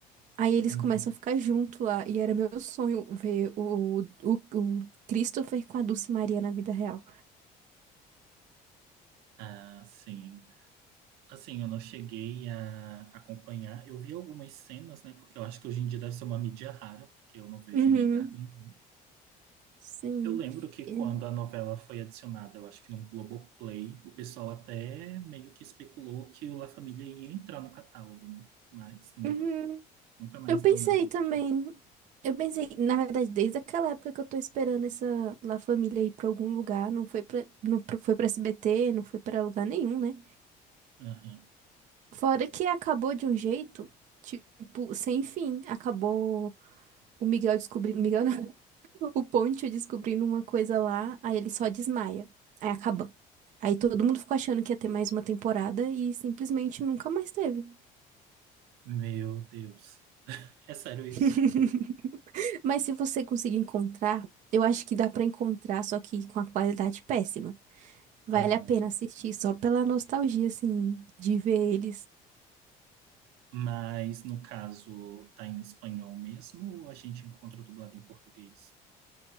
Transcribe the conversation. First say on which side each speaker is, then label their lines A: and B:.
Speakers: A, on the right; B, on the right.
A: Aí eles
B: Uhum.
A: começam a ficar junto lá. E era meu sonho ver o, o, o Christopher com a Dulce Maria na vida real.
B: Ah, sim. Assim, eu não cheguei a acompanhar. Eu vi algumas cenas, né? Porque eu acho que hoje em dia deve ser uma mídia rara, porque eu não vejo
A: Uhum,
B: em lugar nenhum.
A: sim.
B: Eu lembro que quando
A: É.
B: a novela foi adicionada, eu acho que no Globoplay, o pessoal até meio que especulou que o La Família ia entrar no catálogo, né? Mas nunca,
A: Uhum,
B: nunca mais
A: Eu pensei
B: deu nada do
A: também.
B: tipo.
A: Eu pensei, na verdade, desde aquela época que eu tô esperando essa La Família ir pra algum lugar, não foi pra, não pra- foi pra SBT, não foi pra lugar nenhum, né?
B: Aham.
A: Fora que acabou de um jeito, tipo, sem fim. Acabou o Miguel descobrindo, Miguel não, <laughs> o Ponte descobrindo uma coisa lá, aí ele só desmaia. Aí acaba. Aí todo mundo ficou achando que ia ter mais uma temporada e simplesmente nunca mais teve.
B: Meu Deus. É sério isso?
A: <laughs> Mas se você conseguir encontrar, eu acho que dá pra encontrar, só que com a qualidade péssima. Vale
B: Aham.
A: a pena assistir só pela nostalgia, assim, de ver eles.
B: Mas no caso tá em espanhol mesmo ou a gente encontra dublado em português?